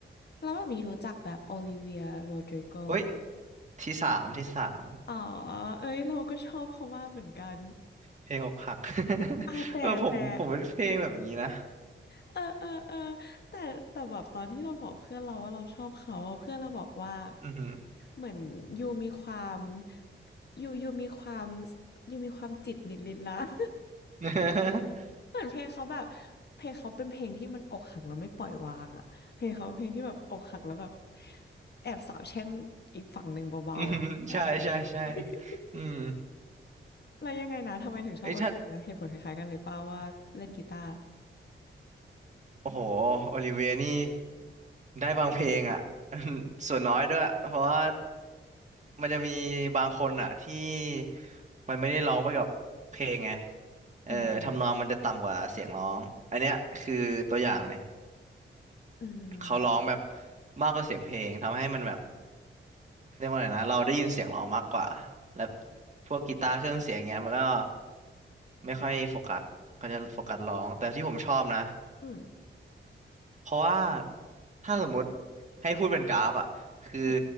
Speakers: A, on the left (about 55°); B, on the right (about 35°).
A: แล้วแบบนี้รู้จักแบบโอลิเวียโรดริโกแบบ
B: เฮ้ยที่สามที่สาม
A: อ๋อเอ้ยเราก็ชอบเขามากเหมือนกัน
B: เพลงอกหัก <laughs>
A: อ่าแต่แต่
B: เออผมผมเป็นเพลงแบบอย่างนี้นะ
A: เออเออเออแต่แต่แบบตอนที่เราบอกเพื่อนเราว่าเราชอบเขาอะเพื่อนเราบอกว่า
B: อือหือ
A: เหมือนยูมีความยูยูมีความยูมีความจิตนิดนนะ <laughs>
B: <laughs>
A: เหมือนเพลงเขาแบบเพลงเขาเป็นเพลงที่มันอกหักแล้วไม่ปล่อยวางอะเพลงเขาเป็นเพลงที่แบบอกหักแล้วแบบแอบสาวแช่งอีกฝั่งหนึ่งเบาๆอะ
B: อือใช่ใช่ใช่
A: <laughs>
B: อืม
A: แล้วยังไงนะทำไมถึงชอบเอเอนะเหตุผลคล้ายๆกันเลยเป่าว่าเล่นกีตาร์
B: เอ้ยถ้า โอ้โหโอลิเวียนี่ได้บางเพลงอ่ะ <laughs> ส่วนน้อยด้วยเพราะว่ามันจะมีบางคนอ่ะที่มันไม่ได้ร้องไปกับเพลงไงเออทำนองมันจะต่ำกว่าเสียงร้องอันเนี้ยคือตัวอย่างเลย
A: อืมอืม
B: เขาร้องแบบมากกว่าเสียงเพลงทำให้มันแบบเรียกว่าไงนะเราได้ยินเสียงร้องมากกว่าและพวกกีตาร์เครื่องเสียงเงี้ยมันก็ไม่ค่อยโฟกัสเขาจะโฟกัสร้องแต่ที่ผมชอบนะ
A: อืม
B: เพราะว่าถ้าสมมติให้พูดเป็นกราฟอ่ะคือ
A: อืม